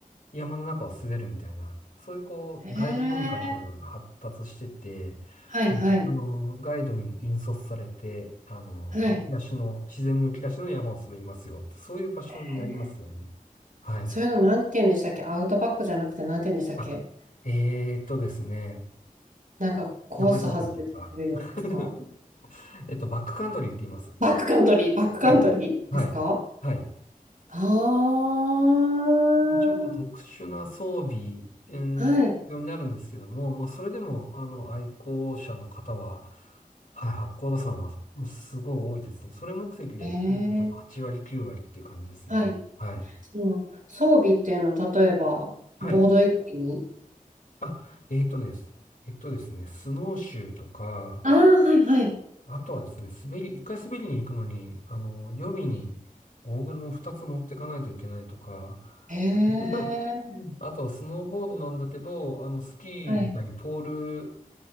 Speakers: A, on the left; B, on the right.
A: 山の中を滑るみたいな、そういうこう、
B: へえ。
A: ガイド文化みたいなのが発達してて、
B: はい。
A: うんあの、
B: はい。
A: ガイドに引率されて、あの、
B: はい。
A: むき出しの、自然むき出しの山を滑りますよ。そういう場所になりますね。
B: へえ
A: はい。
B: そういうのなんて言うんでしたっけアウトバックじゃなくてなんて言うんでしたっけ
A: あ、えーっとですね。
B: なんかコース外れて滑るやつですか
A: 名前忘れちゃった。<laughs> えっと、バックカントリーって言います。
B: バックカントリー、バックカントリーですか
A: はい。はい。はい。
B: ああー、
A: ちょっと特殊な装備、えー必要になるんですけども、
B: はい。
A: まあ、それでも、あの、愛好者の方は、はい、八甲田山は、もうすごい多いですね。それ目的で来る方が8割、
B: ええ
A: 9割っていう感じですね。
B: はい。
A: はい。
B: うん。装備っていうのは、例えば、
A: はい。
B: ボード以外に。
A: あ、えーとです。えっとですね、スノーシューとか、
B: ああ、はいはい。
A: あとはですね、滑り、一回滑りに行くのに、あの、予備にゴーグルも二つ持ってかないといけないとか、
B: ええ
A: <laughs> うんあとはスノーボードなんだけど、あの、スキーみたいにポール、
B: はい。